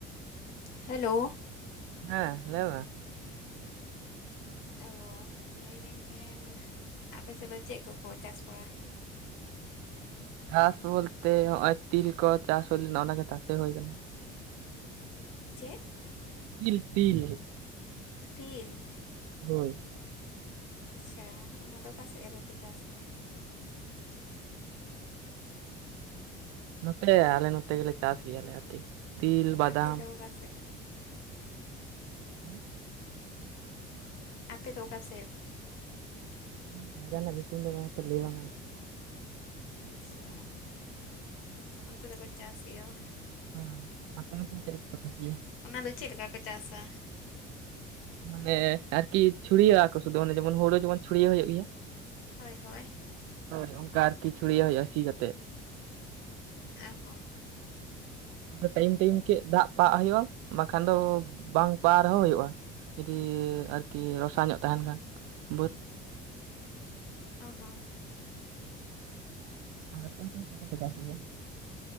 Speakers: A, on the left; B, on the right.
A: ᱦᱮᱞᱳᱣ
B: ᱦᱮᱸ ᱞᱟᱹᱭ ᱢᱮ
A: ᱮᱸ ᱜᱳ ᱞᱟᱹᱭᱫᱟᱹᱧ ᱛᱟᱦᱮᱱ ᱟᱯᱮ ᱥᱮᱫ ᱫᱚ ᱪᱮᱫ ᱠᱚᱠᱚ ᱪᱟᱥ ᱵᱟᱲᱟᱭ
B: ᱜᱷᱟᱥ ᱵᱚᱞᱛᱮ ᱱᱚᱜ ᱚᱭ ᱛᱤᱞ ᱠᱚ ᱪᱟᱥ ᱦᱩᱭ ᱞᱮᱱᱟ ᱚᱱᱟᱜᱮ ᱛᱟᱥᱮ ᱦᱩᱭ ᱠᱟᱱᱟ
A: ᱪᱮᱫ
B: ᱛᱤᱞ ᱛᱤᱞ
A: ᱛᱤᱞ
B: ᱦᱳᱭ
A: ᱟᱪᱪᱷᱟ ᱚᱱᱟᱫᱚ ᱚᱠᱟ ᱥᱮᱫ ᱨᱮᱯᱮ ᱪᱟᱥᱮᱜᱼᱟ?
B: ᱱᱚᱛᱮ ᱟᱞᱮ ᱱᱚᱛᱮ ᱜᱮᱞᱮ ᱪᱟᱥ ᱜᱮᱭᱟᱞᱮ ᱟᱨᱠᱤ ᱛᱤᱞ ᱵᱟᱫᱟᱢ
A: ᱟᱯᱮ ᱫᱚ ᱚᱠᱟ ᱥᱮᱫ?
B: ᱦᱮᱸ
A: ᱟᱯᱮ ᱫᱚ ᱚᱠᱟ ᱥᱮᱫ?
B: ᱡᱟᱭᱜᱟ ᱨᱮᱱᱟᱜ ᱧᱩᱛᱩᱢ ᱫᱚ ᱱᱚᱣᱟᱛᱮ ᱞᱟᱹᱭ ᱵᱟᱝ ᱜᱟᱱᱚᱜ᱾
A: ᱟᱪᱪᱷᱟ ᱚᱱᱛᱮ ᱫᱚᱠᱚ ᱪᱟᱥ ᱜᱮᱭᱟ ᱵᱟ᱾
B: ᱦᱮ ᱟᱯᱮ ᱚᱱᱛᱮ ᱪᱮᱫ <unintelligible> ᱯᱛᱟᱥ ᱜᱮ
A: ᱚᱱᱟ ᱫᱚ ᱪᱮᱫ ᱞᱮᱠᱟ ᱠᱚ ᱪᱟᱥᱟ?
B: ᱢᱟᱱᱮ ᱟᱨᱠᱤ ᱪᱷᱩᱲᱭᱟᱹᱣ ᱟᱠᱚ ᱥᱩᱫᱩ ᱡᱮᱢᱚᱱ ᱦᱩᱲᱩ ᱡᱮᱢᱚᱱ ᱪᱩᱲᱭᱟᱹᱣ ᱦᱩᱭᱩᱜ ᱜᱮᱭᱟ᱾
A: ᱦᱳᱭ ᱦᱳᱭ
B: ᱦᱳᱭ ᱚᱱᱠᱟ ᱟᱨᱠᱤ ᱪᱷᱩᱲᱭ ᱦᱳᱭᱳᱜ ᱟ ᱥᱤ ᱠᱟᱛᱮᱜ᱾
A: ᱟ ᱦᱚᱸ
B: ᱴᱟᱭᱤᱢ ᱴᱟᱭᱤᱢ ᱠᱮᱜ ᱫᱟᱜ ᱯᱟᱜ ᱦᱩᱭᱩᱜᱼᱟ ᱵᱟᱠᱷᱟᱱ ᱫᱚ ᱵᱟᱝ ᱯᱟᱣᱟᱣ ᱨᱮᱦᱚᱸ ᱦᱩᱭᱩᱜᱼᱟ᱾ ᱡᱩᱫᱤ <unintelligible> ᱟᱨᱠᱤ ᱨᱚᱥᱟ ᱧᱚᱜ ᱛᱟᱦᱮᱱ ᱠᱷᱟᱱ ᱵᱟᱹᱫᱽ
A: ᱚ ᱦᱚᱸ
B: ᱟᱨ ᱪᱟᱥᱭᱟ <unintelligible>